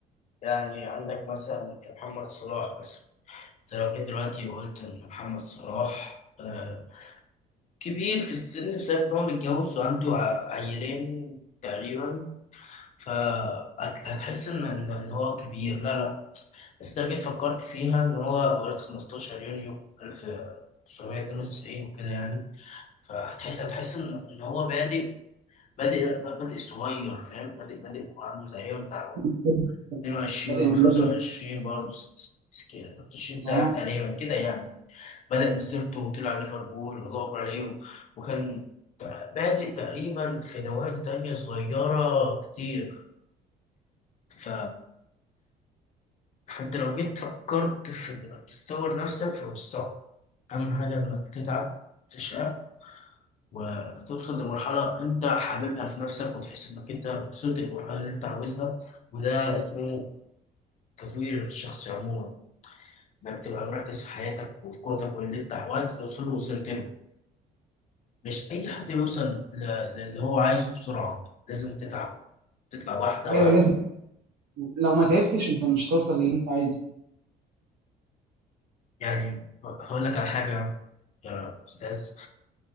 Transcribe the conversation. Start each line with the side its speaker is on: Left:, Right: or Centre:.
Left: يعني عندك مثلا محمد صلاح مثلا انت لو جيت دلوقتي وقلت ان محمد صلاح آه، كبير في السن بسبب ان هو متجوز وعنده ع- عيلين تقريبا فهتحس ان ان إن هو كبير لا لا بس انت لو جيت فكرت فيها ان هو مواليد 15 يونيو 1992 وكده يعني فهتحس هتحس ان ان هو بادئ بادئ بادئ صغير فاهم بادئ بادئ وعنده تقريبا بتاع
Right: الله بادئ
Left: 22
Right: بادئ من
Left: 25
Right: بدري جداً.
Left: برضه 26 سنة
Right: اه
Left: تقريبا كده يعني بدأ مسيرته وطلع ليفربول والله أكبر عليه و- وكان بادئ تقريبا في نوادي تانية صغيرة كتير ف فانت لو جيت فكرت في انك تطور نفسك فمش صعب اهم حاجه انك تتعب تشقى وتوصل لمرحله انت حاببها في نفسك وتحس انك انت وصلت للمرحله اللي انت عاوزها وده اسمه تطوير الشخص عموما انك تبقى مركز في حياتك وفي قوتك واللي انت عاوز توصله وصلت له مش اي حد بيوصل ل- ل- اللي هو عايزه بسرعه لازم تتعب تطلع واحده
Right: ايوه
Left: واحده
Right: لازم لو ما تعبتش انت مش هتوصل للي انت عايزه
Left: يعني هقول لك على حاجه يا استاذ